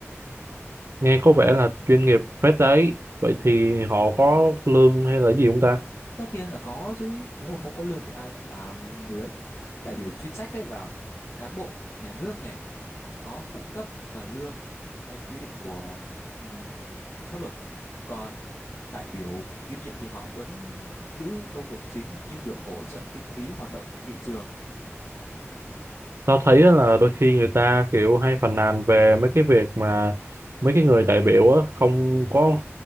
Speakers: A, on the right (about 60°); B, on the left (about 75°).
A: Nghe có vẻ là chuyên nghiệp phết đấy. Vậy thì họ có lương hay là gì không ta?
B: tất nhiên là có chứ nếu mà không có lương thì ai lại làm điều đấy đại biểu chuyên trách ấy là cán bộ nhà nước này có phụ cấp và lương theo quy định của ừm, pháp luật. Còn đại biểu kiêm nhiệm thì họ vẫn giữ công việc chính nhưng được hỗ trợ kinh phí hoạt động nghị trường.
A: tao thấy á là đôi khi người ta kiểu hay phàn nàn về mấy cái việc mà mấy cái người đại biểu á không có